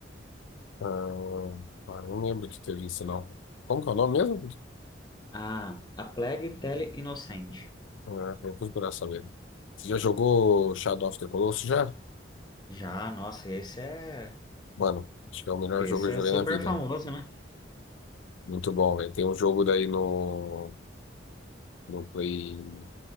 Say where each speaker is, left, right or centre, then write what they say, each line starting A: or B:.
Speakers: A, on the left (about 80°); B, on the left (about 20°).
A: Ah, ah, não lembro de ter visto, não. Como que é o nome mesmo?
B: Ah, A Plague Tale Inocente.
A: Ah, vou procurar saber. Você já jogou Shadow of the Colossus já?
B: Já, nossa, esse é,
A: Mano, acho que é o melhor
B: esse
A: jogo que eu
B: é
A: joguei
B: super
A: na vida.
B: famoso, né?
A: Muito bom, velho. Tem um jogo daí no, no Play.